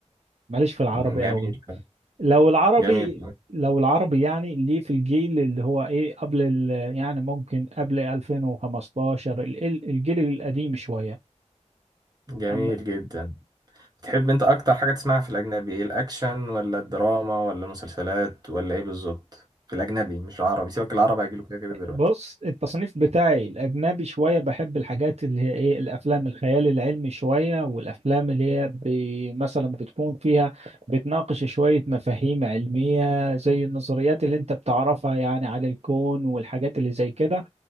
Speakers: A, on the right; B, on the right.
A: ماليش في العربي
B: مم، جميل
A: أوي لو العربي
B: جميل
A: لو العربي يعني ليه في الجيل اللي هو إيه قبل ال... يعني ممكن قبل 2015 ال- ال- الجيل القديم شوية
B: جميل
A: أما
B: جدا بتحب انت اكتر حاجه تسمعها في الاجنبي ايه الاكشن ولا الدراما ولا المسلسلات ولا ايه بالظبط في الاجنبي مش العربي سيبك العربي هيجيله كده كده دلوقتي
A: بص التصنيف بتاعي الأجنبي شوية بحب الحاجات اللي هي إيه الأفلام الخيال العلمي شوية والأفلام اللي هي ب- مثلا بتكون فيها بتناقش شوية مفاهيم علمية زي النظريات اللي أنت بتعرفها يعني على الكون والحاجات اللي زي كده